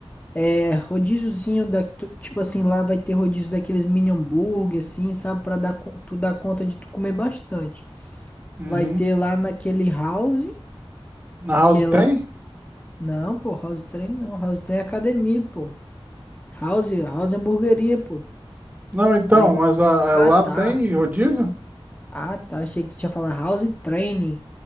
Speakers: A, on the left (about 15°); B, on the right (about 15°).
A: é rodíziozinho da, tu- tipo assim, lá vai ter rodízio daqueles mini hambúrguer, assim, sabe? Pra dar, co- tu dar conta de tu comer bastante.
B: Uhum.
A: Vai ter lá naquele house,
B: Na House
A: que é
B: tem?
A: lá. Não, pô, house train não, house train é academia, pô. House, house é hamburgueria, pô.
B: Não, então,
A: Aí,
B: mas a-
A: ah,
B: a- lá
A: tá.
B: tem rodízio?
A: Ah, tá. Achei que tu tinha falado house training.